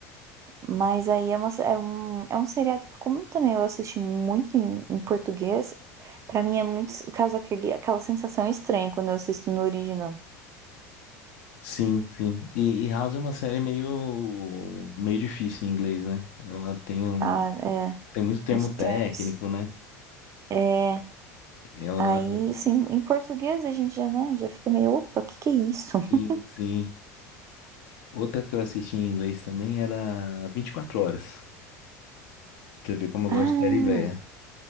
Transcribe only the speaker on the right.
Mas aí é, uma, é um é um seriado que como também eu assisti muito em, em português, pra mim é muito causa aquele aquela sensação estranha quando eu assisto no original.
Ah, é,
nos
termos.
é
Aí, assim, em português a gente já, né, já fica meio, opa, o que que é isso? <laughs>
Ah,